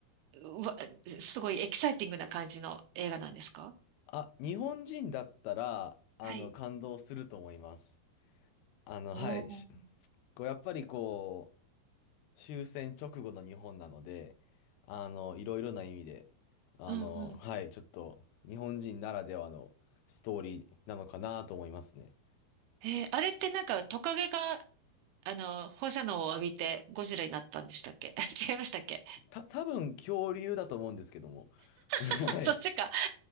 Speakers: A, on the right; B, on the left.
A: うわ、すごいエキサイティングな感じの映画なんですか
B: あ、日本人だったら、あの、
A: はい。
B: 感動すると思います。あの、
A: おお。
B: はい。しこう、やっぱりこう、終戦直後の日本なので、あの、いろいろな意味で、あの、
A: うんうん。
B: はい、ちょっと日本人ならではのストーリーなのかなと思いますね。
A: えーあれってなんかトカゲがあの、放射能を浴びてゴジラになったんでしたっけ <laughs> 違いましたっけ
B: た、多分恐竜だと思うんですけども。<laughs> はい。
A: <laughs> そっちか